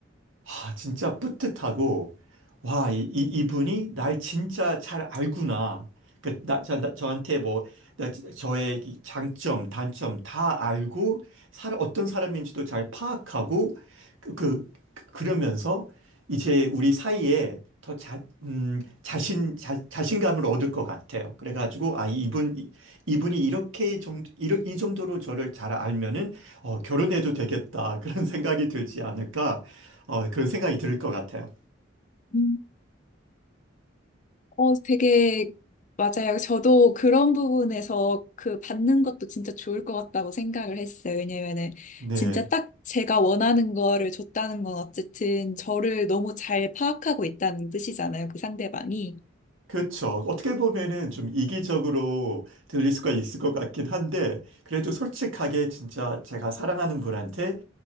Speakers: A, on the right (about 85°); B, on the left (about 40°).
A: 아, 진짜 뿌듯하고, 와, 이, 이, 이분이 날 진짜 잘 알구나. 그, 나, 저, 나- 저한테 뭐, 나, 지- 저의 이 장점, 단점 다 알고, 사람, 어떤 사람인지도 잘 파악하고, 그, 그, 그- 그러면서 이제 우리 사이에 더 자, 음, 자신, 자, 자신감을 얻을 것 같아요. 그래가지고, 아, 이분, 이- 이분이 이렇게 정도, 이렇- 이 정도로 저를 잘 알면은, 어, 결혼해도 되겠다. <laughs> 그런 생각이 들지 않을까. 어, 그런 생각이 들 것 같아요.
B: 음. 어, 되게 맞아요. 저도 그런 부분에서 그 받는 것도 진짜 좋을 것 같다고 생각을 했어요. 왜냐면은
A: 네.
B: 진짜 딱 제가 원하는 거를 줬다는 건 어쨌든 저를 너무 잘 파악하고 있다는 뜻이잖아요. 그 상대방이.
A: 그렇죠. 어떻게 보면은 좀 이기적으로 들릴 수가 있을 것 같긴 한데, 그래도 솔직하게 진짜 제가 사랑하는 분한테